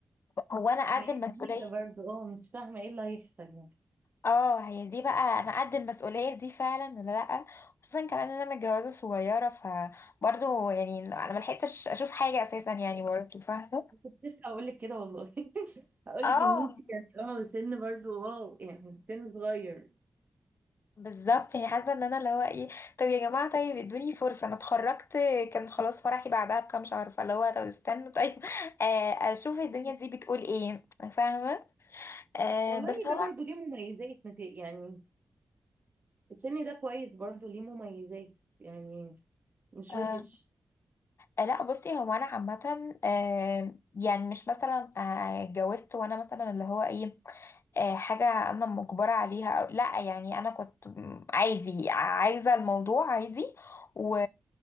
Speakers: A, on the left; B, on the right.
A: هو انا قد
B: حياة
A: المسؤولية
B: جديدة برضه اه مش فاهمة ايه اللي هيحصل يعني
A: اه هي دي بقى انا قد المسؤولية دي فعلا ولا لأ خصوصا كمان ان انا متجوزة صغيرة فبرضه يعني انا ملحقتش اشوف حاجة اساسا يعني برضه فاهمة
B: كنت لسه هقولك كده والله <laughs> هقولك
A: اه
B: ان انت كانت اه سن برضه واو يعني سن صغير
A: بالظبط يعني حاسه ان انا اللي هو ايه طب يا جماعه طيب ادوني فرصه انا اتخرجت كان خلاص فرحي بعدها بكام شهر فاللي هو طب استنوا طيب <laughs> آه، اشوف الدنيا دي بتقول ايه فاهمه آه،
B: والله
A: بس هو
B: ده برضه ليه مميزات مت- يعني السن ده كويس برضه ليه مميزات يعني مش
A: آه،
B: وحش
A: آه، لا بصي هو انا عامه آه، يعني مش مثلا آه، اتجوزت وانا مثلا اللي هو ايه آه، حاجه انا مجبره عليها أو لا يعني انا كنت م- عادي عايزه الموضوع عادي و...